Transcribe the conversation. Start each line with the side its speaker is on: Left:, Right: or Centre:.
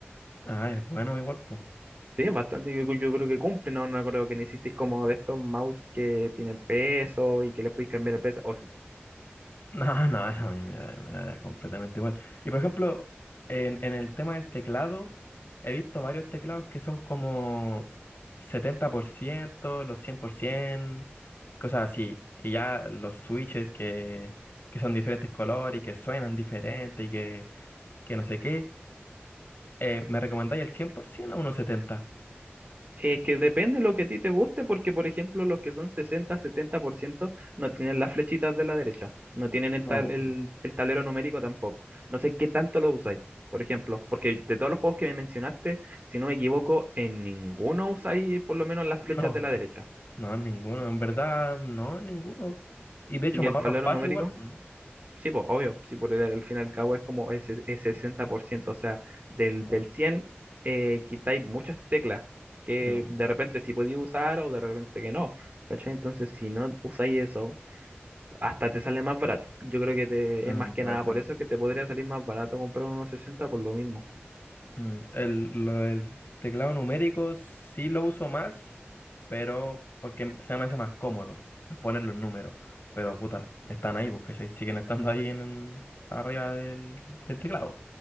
Left: Ah, es bueno igual, pues.
Right: Sí, es bastante, yo, yo creo que cumple, no, no creo que necesites como de estos mouse que tienen peso y que les puedes cambiar el peso, o sí.
Left: No, no, eso a mí me da, me da completamente igual. Y por ejemplo, en, en el tema del teclado, he visto varios teclados que son como 70% los 100% cosas así. Y ya los switches que, que son diferentes colores y que suenan diferente y que, que no sé qué. Eh, ¿me recomendáis el 100% o unos 70
Right: Es que depende lo que a ti te guste, porque por ejemplo los que son sesenta setenta por ciento no tienen las flechitas de la derecha, no tienen el,
Left: No,
Right: tal-
Left: po.
Right: el, el tablero numérico tampoco. No sé qué tanto lo usáis, por ejemplo, porque de todos los juegos que me mencionaste, si no me equivoco, en ninguno usáis por lo menos las
Left: no,
Right: flechas de
Left: po.
Right: la derecha.
Left: no, ninguno. En verdad, no, ninguno. Y de hecho
Right: ¿Y
Left: me
Right: el
Left: ahorro
Right: tablero
Left: espacio
Right: numérico?
Left: igual, pues, ¿no?
Right: Sí, pues, obvio, sí, por el, al fin y al cabo es como el, ses- el sesenta por ciento o sea, del,
Left: Sí, po.
Right: del cien eh, quitáis muchas teclas que
Left: Sí, po.
Right: de repente sí podéis usar o de repente que no, ¿cachai? Entonces, si no usáis eso, hasta te sale más barato. Yo creo que te,
Left: Mm,
Right: es más que
Left: puede
Right: nada
Left: ser.
Right: por eso que te podría salir más barato comprar unos 60 por lo mismo.
Left: Mm, El, lo del teclado numérico sí lo uso más, pero porque se me hace más cómodo poner los números. Pero puta, están ahí, porque se- siguen estando ahí en, en- arriba del, del teclado.